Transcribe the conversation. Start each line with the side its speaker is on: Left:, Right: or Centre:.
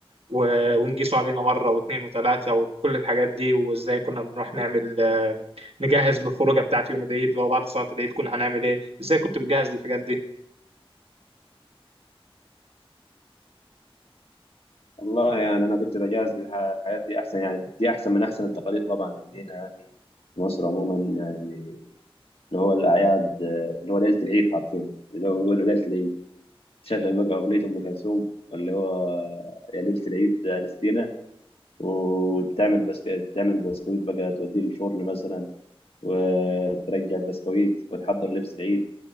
Right: و... ونقيسه علينا مرة واتنين وتلاتة وكل الحاجات دي وإزاي كنا بنروح نعمل آه، نجهز للخروجة بتاعت يوم العيد وبعد صلاة العيد كنا هنعمل إيه إزاي كنت بتجهز للحاجات دي؟
Left: والله يعني انا كنت بجهز للح- الحياة دي احسن يعني دي احسن من احسن التقاليد طبعا عندنا يعني في مصر عموما يعني اللي هو الاعياد آه، اللي هو ليلة العيد حرفيا اللي هو بيقولوا ليلة العيد شغل بقى اغنية ام كلثوم اللي هو يا ليلة العيد يا نستينا وتعمل بس تعمل بسكويت بقى توديه للفرن مثلا وترجع البسكويت وتحضر لبس العيد